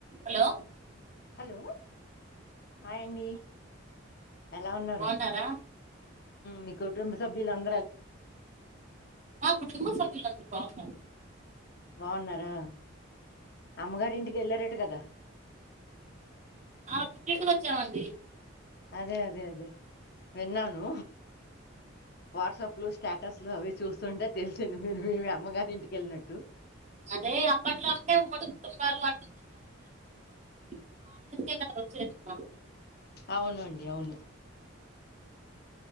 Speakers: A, on the right; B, on the left.
A: హలో
B: హలో హాయ్ అండి ఎలా ఉన్నారు
A: బాగున్నారా
B: మీ కుటుంబ సభ్యులం
A: మా కుటుంబ సభ్యులామ్ బాగునం
B: బాగున్నారా అమ్మగారి ఇంటికి వెళ్ళారట కదా
A: ఆ పుట్టింటికి వచ్చామండి
B: అదే అదే అదే విన్నాను వాట్సాప్లు స్టేటస్లు అవి చూస్తుంటే తెలిసింది మీరు మీ అమ్మగారి ఇంటిక వెళ్ళినట్టు
A: అదే అప్పట్లో అంటే ఉమ్మడి కుటుంబాలు అంట చ బాగుంటాయి ఇప్పుడు హాలడేస్ వచ్చేన్నమా
B: అవునుండి అవును